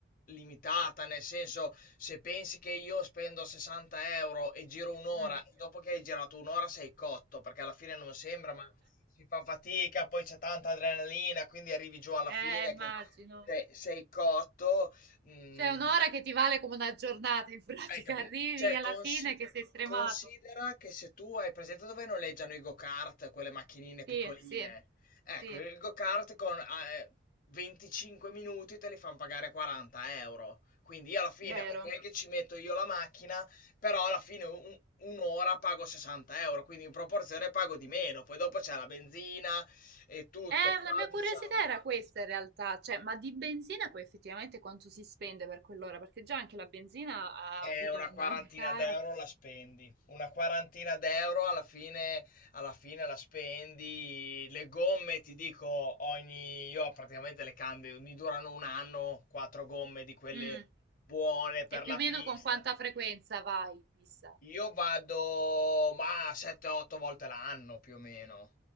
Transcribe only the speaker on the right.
Mm.
Eh,
immagino.
Cioè, un'ora che ti vale come una giornata, in pratica
<laughs> arrivi
alla
fine che sei stremato.
Sì, sì,
sì,
vero.
Eh,
una mia
curiosità era questa in realtà, cioè, ma di benzina poi effettivamente quanto si spende per quell'ora? Perché già anche la benzina ha
avuto
un <laughs> caro.
Mm.
E più
o
meno con quanta frequenza vai in pista?